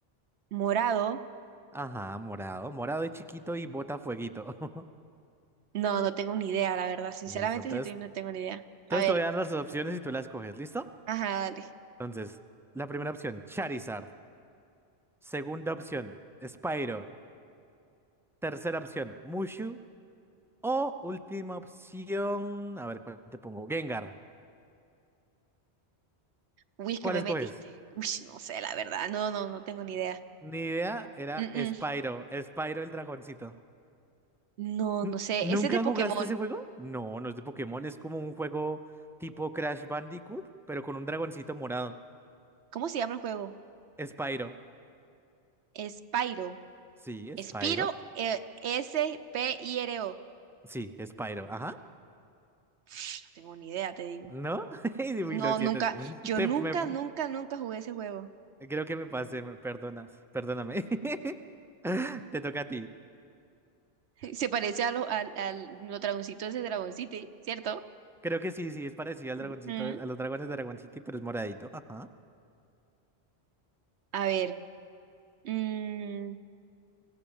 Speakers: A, on the right; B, in the centre.
A: morado.
B: Ajá, morado. Morado es chiquito y bota fueguito. <laughs>
A: No, no tengo ni idea, la verdad. Sinceramente,
B: Listo. Entonces,
A: sí, te- no tengo ni idea.
B: entonces
A: A ver,
B: te voy a dar las opciones y tú las coges. ¿Listo?
A: ajá, dale.
B: Entonces, la primera opción, Charizard. Segunda opción, Spyro. Tercera opción, Mushu. O última opción, a ver cuál te pongo, Gengar.
A: Uy, es que
B: ¿Cuál
A: me
B: escoges?
A: metiste. Uy, no sé, la verdad. No, no, no tengo ni idea.
B: Ni idea, era
A: Mm,
B: Spyro.
A: mm.
B: Spyro el dragoncito.
A: No,
B: N-
A: no sé.
B: ¿Nunca
A: Ese es de Pokémon.
B: jugaste ese juego? No, no es de Pokémon, es como un juego tipo Crash Bandicoot, pero con un dragoncito morado.
A: ¿Cómo se llama el juego?
B: Spyro.
A: Spyro.
B: Sí,
A: Spyro,
B: Spyro.
A: eh, S-P-I-R-O.
B: Sí, Spyro. Ajá.
A: No tengo ni idea, te digo.
B: ¿No? <laughs> Uy,
A: No,
B: lo siento.
A: nunca. Yo
B: Te-
A: nunca,
B: me-
A: nunca, nunca jugué ese juego.
B: creo que me pasé, me perdonas. Perdóname. <laughs> Te toca a ti.
A: <laughs> Se parece a lo, al, al, los dragoncitos de ese Dragon City, ¿cierto?
B: Creo que sí, sí, es parecido al
A: Ujú.
B: dragoncito, a los dragones de Dragon City, pero es moradito. Ajá.
A: A ver. mm,